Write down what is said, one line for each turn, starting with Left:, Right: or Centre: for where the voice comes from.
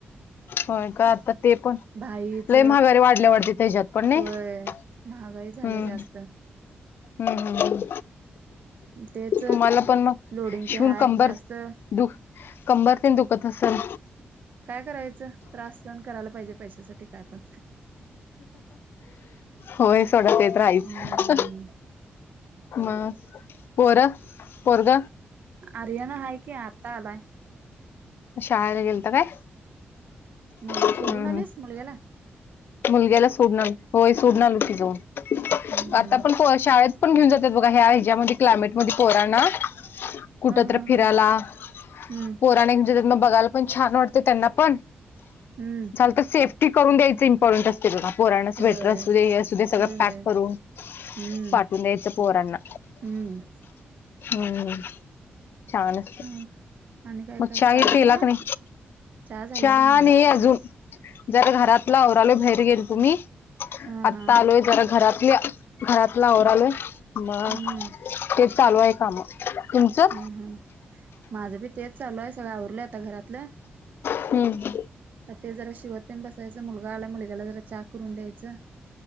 Left: होय का, आता ते पण
Right: भाईच
Left: लय माघारी वाढल्या वाटत, तिच्यांत पण नी
Right: होय
Left: हम्म..
Right: महागाई झाल्या जास्त
Left: हम् हम हम.
Right: तेच
Left: तुम्हाला पण मग,
Right: लोडिंग
Left: शिवून
Right: पे हाय
Left: कंबर
Right: जास्त
Left: दु-कंबर तेन दुखत असेल.
Right: काय करायचं. त्रास सहन करायला पाहिजे. पैशासाठी काय पण,
Left: होय, सोडा तेे तर हायचं.
Right: हम्म
Left: म.. पोरं -पोरग
Right: आर्यन हाय की, आत्ता आलाय.
Left: शाळेला गेलता काय?
Right: मग
Left: हम्म
Right: सोडून आलीस
Left: हम्म.
Right: मुलग्यांला.
Left: मुलग्याला सोडून आलो. होय सोडून आलोय की जाऊन,
Right: हम्म
Left: आता
Right: हम्म
Left: पण पोरं शाळेत पण घेऊन जातात बघा, ह्या हेच्यामध्ये क्लायमेटमध्ये पोरांना. कुठंतर
Right: हा हा
Left: फिराला
Right: हा हम्म
Left: पोरांना घेऊ तर मग बघायला पण छान वाटते. त्यांना पण,
Right: हम्म.
Left: तर सेफ्टी करून द्यायचं इम्पॉर्टंट असतेय बघा. पोरांना स्वेटर
Right: होय
Left: असू दे. हे असू दे सगळं
Right: होय होय
Left: पॅक करून.
Right: हम्म
Left: पाठवून द्यायचं, पोरांना
Right: हम्म
Left: हम्म. छान असते
Right: हं. आणि काय?
Left: मग
Right: काय
Left: चहा ही
Right: तेन
Left: पिला
Right: झाला
Left: कणी,
Right: झाला
Left: चहा
Right: बे माझा
Left: नाही अजून. जरा घरातला अवरालोय बाहेर गेल तो मी,
Right: हा
Left: आत्ता
Right: हा
Left: आलोय जरा घरातल. घरातलं अवरालोय, मग
Right: हम्म
Left: तेच चालू आहे काम. तुमचं
Right: ह ह.. माझं बी तेच चालू आहे, सगळं आवरलोय आता घरातलं.
Left: हम्म.
Right: ते जरा शिवत तेन बसायचं मुलगा आलाय, मुलग्याला जरा चा करून द्यायचं.